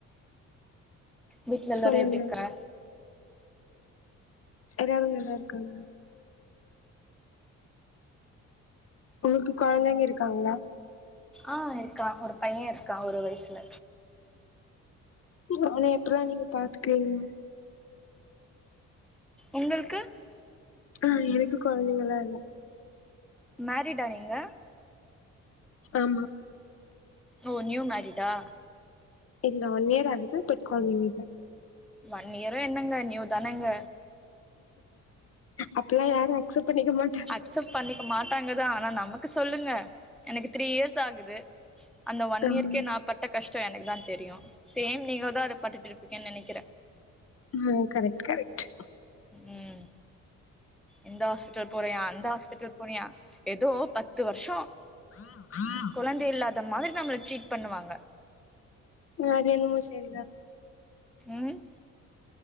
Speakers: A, in the centre; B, on the left.
A: வீட்ல எல்லாரு
B: சொல்லுங்க
A: எப்டி இர்க்கர
B: எல்லாரு நல்லார்க்காங்க உங்களுக்கு கொழந்தைங்க இருக்காங்ளா
A: ஆ இருக்கா ஒரு பைய இருக்கா ஒரு வயசுல
B: அவன எப்பல்லா நீங்க பாத்துக்குவீங்க
A: உங்களுக்கு
B: ஆ எனக்கு கொழந்தைங்களா இல்ல
A: மேரிடா நீங்க
B: ஆமா
A: ஓ நியூ மேரிடா
B: இல்ல ஒன் இயர் ஆகுது பட் கொழ்ந்திங்க இல்ல
A: ஒன் இயரு என்னங்க நியூ தானங்க
B: அப்பில்லா யாரு அக்சப் பண்ணிக்க மாட்
A: அக்சப்ட் பண்ணிக்க மாட்டாங்கதா ஆனா நமக்கு சொல்லுங்க எனக்கு த்ரீ இயர்ஸ் ஆகுது அந்த ஒன்
B: ம்
A: இயர்க்கே நா பட் பட்ட கஷ்டோ எனக்கு தா தெரியு சேம் நீங்ளுதா அத பட்டிட் இருப்பீங்கன் நெனைக்கிறே
B: ம் கரெட் கரெக்ட்
A: ம் எந்த ஹாஸ்பிட்டல் போறியா அந்த ஹாஸ்பிட்டல் போனியா ஏதோ பத்து வர்ஷோ
B: உஹம் உஹம்
A: கொழந்தை இல்லாத மாதிரி நம்மள ட்ரீட் பண்ணுவாங்க
B: ன அது என்மோ செரிதா
A: ம்